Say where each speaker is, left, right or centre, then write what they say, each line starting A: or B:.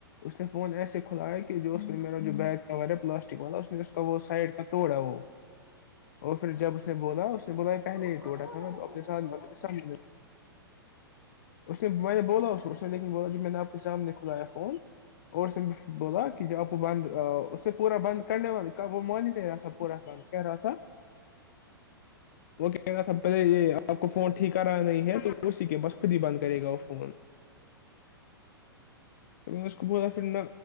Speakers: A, on the left; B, on the left.
A: اس نے فون ایسے کھلایا کہ کہ جو اس
B: اچھا
A: نے میرا جو بیگ تھا والا پلاسٹک والا اس کا وہ سائڈ کا توڑا وہ اور پھر جب اس نے بولا اس بولایا پہلے
B: تو اس
A: ہی
B: کو نہیں
A: ٹا
B: بولا
A: تھا میں تو
B: پھر
A: اپنے
B: یہ
A: سھ
B: کیوں توڑ
A: سھ اس نے میں نے بولا اس اس نے لیکن بولا جب میں نے آپ کے سامنے کھلایا فون اور اس نے بولا کہ جب آپ کو بند اس نے پورا بند کرنے والا وہ مانی کہ رہا تھا پورا بند کہہ رہا تھا وہ کہہ رہا تھا پہلے یہ آپ کو فون ٹھیک کرا نہیں ہے تو اسی کے بس خود ہی بند کرے گا وہ فون نے اس کو ب پھر نہ